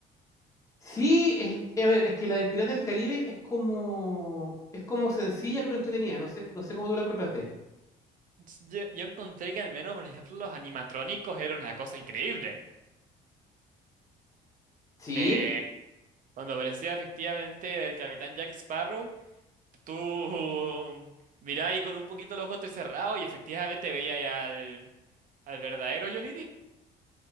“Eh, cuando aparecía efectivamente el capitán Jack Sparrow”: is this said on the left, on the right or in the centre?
Right